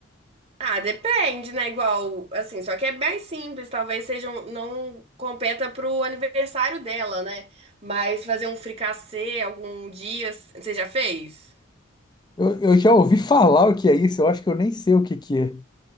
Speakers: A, on the right; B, on the left.
A: Ah, depende, né? Igual, assim, só que é bem simples, talvez seja um- não competa pro aniversário dela, né? Mas fazer um fricassê algum dia, você já fez?
B: Eu, eu já ouvi falar o que é isso, eu acho que eu nem sei o que que é.